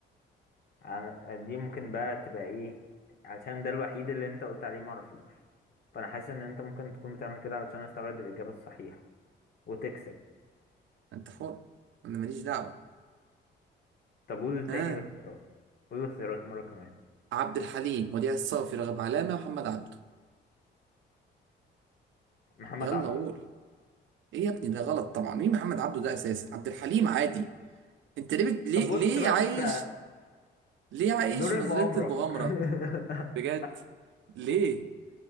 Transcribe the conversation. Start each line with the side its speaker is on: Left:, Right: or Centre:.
Left: انا دي ممكن بقى تبقى ايه علشان ده الوحيد اللي انت قلت عليه معرفوش فانا حاسس ان انت ممكن تكون بتعمل كده علشان استبعد الاجابة الصحيحة وتكسب
Right: انت حر انا ماليش دعوه
Left: طب قول تاني
Right: ها
Left: الاختيارات قول الاختيارات مرة كمان
Right: عبد الحليم وديع الصافي راغب علامه محمد عبده
Left: محمد
Right: يلا
Left: عبده
Right: قول ايه يا ابني ده غلط طبعا مين محمد عبده ده اساسا عبد الحليم عادي انت ليه بت... ليه
Left: طب بص
Right: ليه
Left: بقى
Right: عايش
Left: انت
Right: ليه عايش
Left: دور
Right: في نظريه
Left: المؤامرة
Right: المغامره
Left: <laughs>
Right: بجد ليه